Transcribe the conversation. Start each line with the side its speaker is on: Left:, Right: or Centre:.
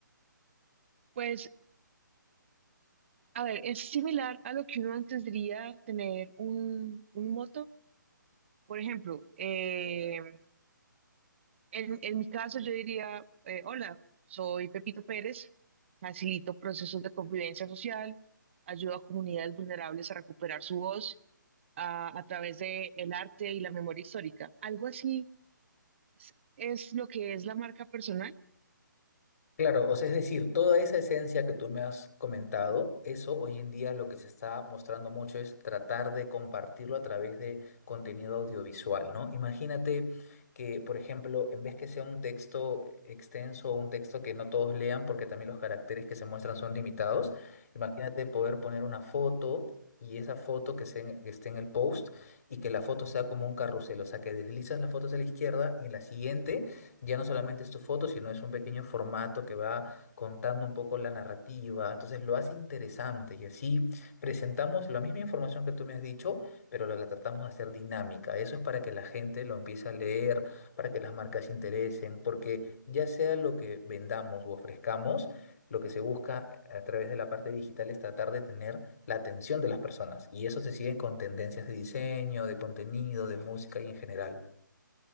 Right: Pues, a ver, es similar a lo que uno antes diría tener un, un moto. Por ejemplo, eh, en, en mi caso yo diría, eh, hola, soy Pepito Pérez, facilito procesos de convivencia social, ayudo a comunidades vulnerables a recuperar su voz a, a través de el arte y la memoria histórica. Algo así es, es lo que es la marca personal.
Left: Claro, o sea, es decir, toda esa esencia que tú me has comentado, eso hoy en día lo que se está mostrando mucho es tratar de compartirlo a través de contenido audiovisual, ¿no? Imagínate que, por ejemplo, en vez que sea un texto extenso o un texto que no todos lean, porque también los caracteres que se muestran son limitados, imagínate poder poner una foto y esa foto que, se en- que esté en el post y que la foto sea como un carrusel, o sea, que deslizas la foto hacia la izquierda y en la siguiente ya no solamente es tu foto, sino es un pequeño formato que va contando un poco la narrativa. Entonces lo hace interesante y así presentamos la misma información que tú me has dicho, pero la, la tratamos de hacer dinámica. Eso es para que la gente lo empiece a leer, para que las marcas se interesen, porque ya sea lo que vendamos u ofrezcamos, lo que se busca a través de la parte digital es tratar de tener la atención de las personas. Y eso se sigue con tendencias de diseño, de contenido, de música y en general.